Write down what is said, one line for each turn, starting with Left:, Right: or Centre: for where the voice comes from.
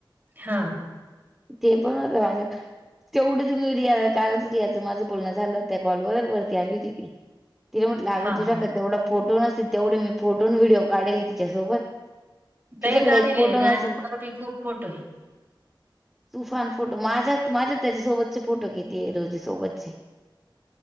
Right: हा
Centre: ते पण होत माझ्याकड तेवढेच मी रियाला कालच रियाचं माझं बोलणं झालं त्या कॉलवर वरती आली होती ती तिला म्हटलं अगं
Right: हां,
Centre: तुझ्याक
Right: हां.
Centre: तेवढा फोटो नसतील तेवढे मी फोटोन व्हिडिओ काढले तिच्यासोबत
Right: लेय
Centre: तुझ्याकडे
Right: काढिले
Centre: एक फोटो
Right: आहे ज्ञानू
Centre: नसेल
Right: बरोबर खूप फोटो आहे.
Centre: तुफान फोटो माझ्यात माझ्यात त्याच्यासोबतचे फोटो घेते रोजी सोबतचे